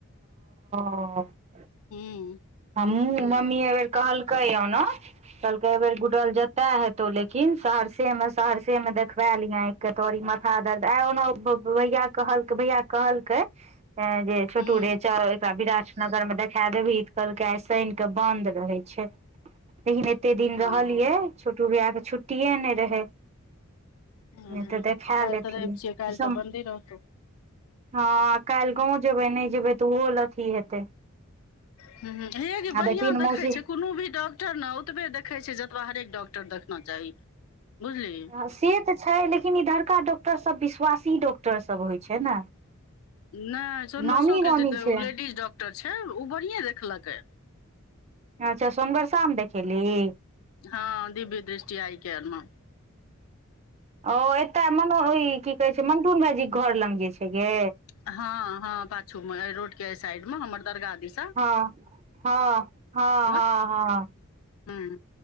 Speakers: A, on the right (about 30°); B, on the left (about 70°).
A: हँ
B: हूंम्म
A: हमहूँ मम्मी एहि बेेर कहलकै ये ओना कहलकै एहि बेेर गुडल जतऽ हेतौ लेकिन सहरसे मे सहरसे मे देखबै लिहें। के तोरी माथा दर्द आइ ओना भैया कहलकै भैयाके कहलकै जे छोटु
B: हूँ
A: रे चल एकरा विरानगरमे देखे देबहि कहलकै आइ सनि कऽ बन्द रहै छै। लेकिन एते दिन रहलियै
B: ओ
A: छोटू भैयाके छुट्टिए नहि रहै नहि
B: हँ
A: तऽ देखे
B: काल्हि
A: लैतियै।
B: तऽ रवि छियै काल्हि
A: हँ
B: तऽ बन्दे रहतौ
A: आ काल्हि गाँव जेबै नहि जेबै तऽ ओहो लए अथी हेतै।
B: हूंम्म हूंम्म हे गै
A: आ
B: बढ़ियाँ
A: देखी ने
B: देखै
A: मौसी
B: छै कोनो भी डॉक्ट डॉक्टर न ओतबे देखै छै जतबा हरेक डॉक्टर देखना चाही बुझलिहि
A: हँ से तऽ छै लेकिन इधड़का डॉक्टर सब विश्वासी डॉक्टर सब होइ छै ने।
B: नहि सोनमरसोके
A: नामी गामी
B: जेऽ
A: छै ह
B: लेडीज डॉक्टर छै ओ बढ़िएँ देखलकै
A: अच्छा सोनबरसामे देखेलहि
B: हँ दिव्य दृष्टि आइ केयर मे
A: ओ एतय मनो ई की कहै छै मन्टुन भाइजी के घर लंग जे छै गे
B: हँ हँ पाछू मे अए रोड के अए साइड मे हमर दरगाह दिस
A: हँ हँ हँ
B: हमर
A: हँ हँ
B: ह